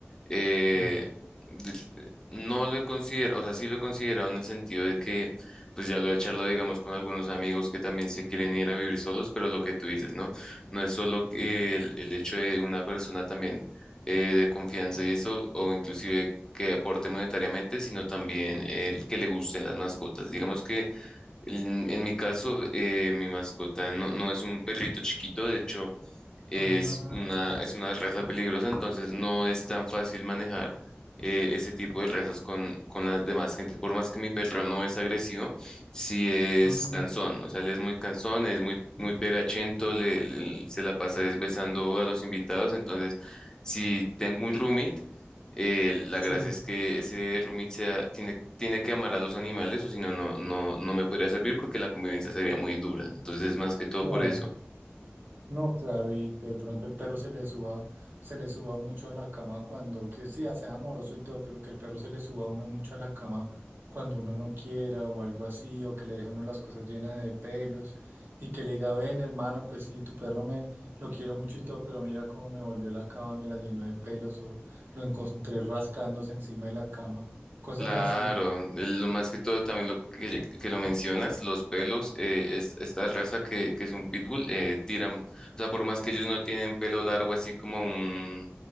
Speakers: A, on the left (about 15°); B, on the right (about 55°).
A: eh,
B: Sí.
A: de- no lo he considerado, o sea, sí lo he considerado en el sentido de que, pues ya lo he charlado, digamos, con algunos amigos que también se quieren ir a vivir solos, pero lo que tú dices, ¿no? No es solo que el, el hecho de una persona también eh, de confianza y eso, o inclusive que aporte monetariamente, sino también el que le gusten las mascotas. Digamos que en, en mi caso, eh, mi mascota no, no es un perrito chiquito, de hecho es
B: Ah,
A: una, es una raza peligrosa, entonces no es tan fácil manejar eh, ese tipo de razas con, con las demás gente. Por más que mi perro no es agresivo, sí es
B: mm,
A: cansón, o sea, él es muy cansón, es muy, muy pegachento, le, le- se la pasa desbesando a los invitados, entonces si tengo un roommate, eh, la
B: sí,
A: gracia es que ese roommate sea- tiene, tiene que amar a los animales, o si no, no, no, no me podría servir porque la convivencia sería muy dura. Entonces, más que todo
B: claro.
A: por eso.
B: No, claro, y que de pronto el perro se le suba, se le suba mucho a la cama cuando, que sí, sea amoroso y todo, pero que el perro se le suba a uno mucho a la cama cuando uno no quiera o algo así, o que le deje a uno las cosas llenas de pelos y que le diga, ven hermano, pues sí, tu perro me lo quiero mucho y todo, pero mira cómo me volvió la cama, me la llenó de pelos o lo encontré rascándose encima de la cama, cosas
A: Claro,
B: así.
A: el-
B: Sí.
A: lo más que todo también lo que, que lo mencionas, los pelos, eh, es- esta raza que, que es un pitbull, eh, tiran, o sea, por más que ellos no tienen pelo largo, así como un,